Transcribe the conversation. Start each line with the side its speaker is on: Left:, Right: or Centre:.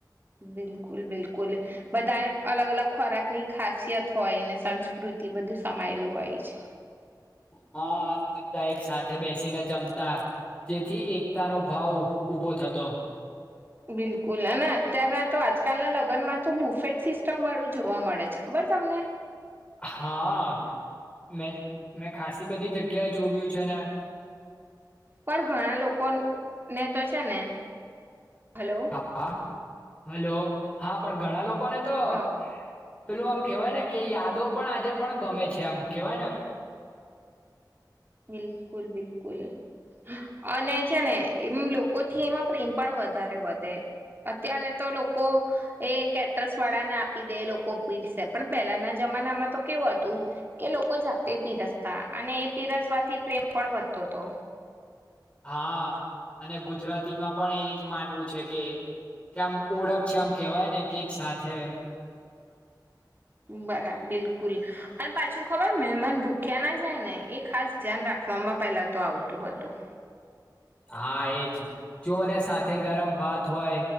Right: બિલકુલ બિલકુલ બધાને અલગ અલગ ખોરાકની ખાસિયત હોય ને સંસ્કૃતિ બધું સમાયેલું હોય છે
Left: હા અને બધા એક સાથે બેસીને જમતા જેથી એકતાનો ભાવ ઉભો થતો
Right: બિલકુલ અને અત્યારના તો આજકાલના લગ્નમાં તો બુફેટ સિસ્ટમ વાળું જોવા મળે છે ખબર તમને
Left: હા આ મેજ મે મેં ખાસસી બધી જગ્યાએ જોયું છે ને
Right: પણ ઘણા લોકોન ને તો છે ને હલો
Left: અ આ હલો હા પણ ઘણા લોક કોને તો
Right: હા
Left: પેલું આમ કેહેવાય ને કે યાદો પણ આજે પણ ગમે છે આમ કેવાય ને
Right: બિલકુલ બિલકુલ અને છે ને એમ લોકોથી એમાં પ્રેમ પણ વધારે વધે અત્યારે તો લોકો એ કેટ્રસ વાળાને આપી દે લોકો પીરશે પણ પેલાના જમાનામાં તો કેવું હતું કે લોકો જાતે પીરસતા અને તિરસ માથી પ્રેમ પણ વધતો હતો
Left: હા અને ગુજરાતીમાં પણ એજ માનવું છે કે કે આમ ઓળખ છે આમ કેવાય ને કેકસાથે
Right: બરા બિલકુલ અને પાછું ખબર મહેમાન ભૂખ્યા ના જાય ને એ ખાસ ધ્યાન રાખવામાં પહેલાં તો આવતું હતું
Left: હા એજ જોને સાથે ગરમ ભાત હોય